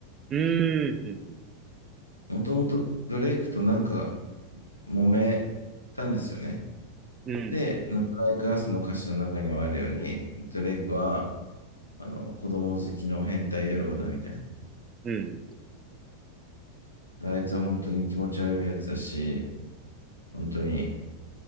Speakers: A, on the right; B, on the left.
A: うーん、
B: もともとドレイクとなんか揉めたんですよね。
A: うん、うん、
B: で、Not Like Us の歌詞の中にもあるように、ドレイクは、あの、子供好きの変態野郎だみたい
A: うんうん
B: な。あいつは本当に気持ち悪いやつだし、本当に、